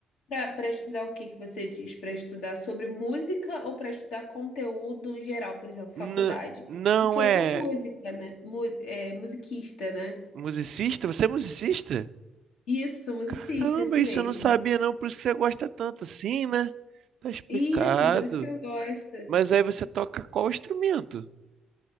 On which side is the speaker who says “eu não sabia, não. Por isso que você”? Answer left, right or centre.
Right